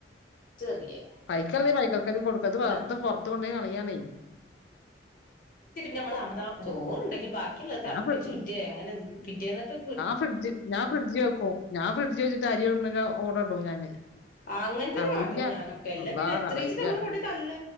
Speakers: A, on the left (about 50°); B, on the left (about 70°).
A: വലിച്ചെറിയേ
B: പൈക്കല്ലേ പൈക്കൊക്കെ കൊടുക്കത്ത്
A: ഞാൻ
B: പുറത്ത ഇത്ത കൊണ്ടേ അറിയാനേ
A: നമ്മ ചോറുണ്ടെങ്കിലും ബാക്കിയുള്ളള്ളത് തിളപ്പിച്ച്റ്റയ
B: ഞാൻ
A: അങ്ങനെ എന്തെങ്കിലും പിറ്റേ എന്നൊക്കെ
B: ഫ്ര്ഞാൻ ഫ്രഡ്ജ് വെക്ക ഞാൻ ഫ്രഡ്ജ് വച്ചിട്ട് അരിക്ക ഓർ ഇടും ഞാന്
A: ആ അങ്ങനത്തെന്നെ
B: കളയില്ല
A: കാട്ടെ ഞാനൊക്കെ അല്ല
B: അള്ളാ
A: പിന്നെ എത്രീച്ചി
B: കളയില്ല
A: നമ്മള് കൊണ്ട തള്ള